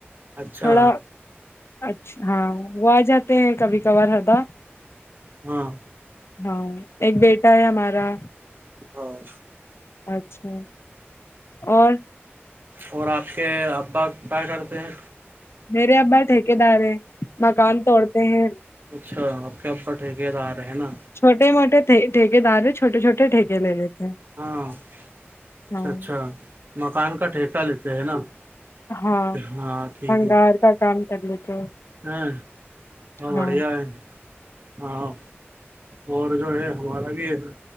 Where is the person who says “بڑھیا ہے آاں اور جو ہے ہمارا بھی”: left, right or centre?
Right